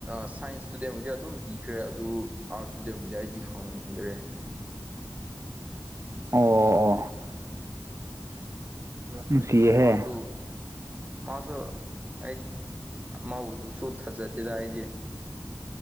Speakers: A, on the right; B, on the right.
A: ꯁꯥꯏꯟꯁ ꯏꯁ꯭ꯇꯨꯗꯦꯟꯕꯨꯗꯤ ꯑꯗꯨꯝ ꯄꯤꯈ꯭ꯔꯦ ꯑꯗꯨ ꯑꯥꯔꯠꯁ ꯁ꯭ꯇꯨꯗꯦꯟꯕꯨꯗꯤ ꯑꯩꯗꯤ ꯈꯪꯗ꯭ꯔꯦ
B: ꯑꯣ ꯑꯣ ꯅꯨꯡꯁꯤꯌꯦꯍꯦ
A: ꯃꯥꯁꯨ ꯃꯥꯁꯨ ꯑꯩ ꯃꯥꯕꯨꯗꯨꯁꯨ ꯊꯥꯖꯗꯦꯗ ꯑꯩꯗꯤ